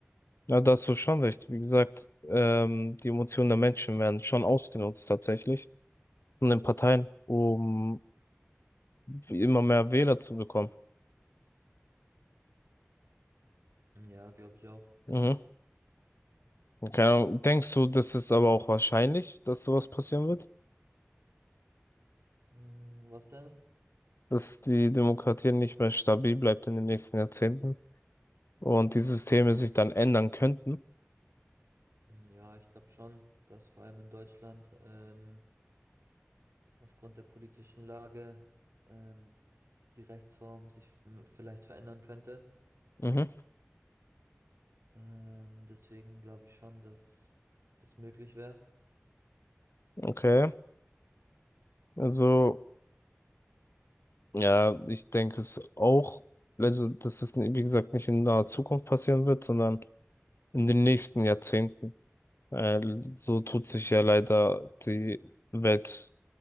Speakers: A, on the left; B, on the right.
A: Ja, da hast du schon recht. Wie gesagt, ähm, die Emotionen der Menschen werden schon ausgenutzt tatsächlich von den Parteien, um immer mehr Wähler zu bekommen.
B: Ja, glaube ich auch.
A: Mhm. Okay. Denkst du, das ist aber auch wahrscheinlich, dass sowas passieren wird?
B: Hm, was denn?
A: dass die Demokratie nicht mehr stabil bleibt in den nächsten Jahrzehnten und die Systeme sich dann ändern könnten.
B: Hm, Ja, ich glaube schon, dass vor allem in Deutschland ähm, aufgrund der politischen Lage ähm, die Rechtsform sich m- vielleicht verändern könnte.
A: Mhm.
B: Ähm, deswegen glaube ich schon, dass das möglich wäre.
A: Okay, also ja, ich denke es auch, also dass es, wie gesagt, nicht in naher Zukunft passieren wird, sondern in den nächsten Jahrzehnten. Äh, so tut sich ja leider die Welt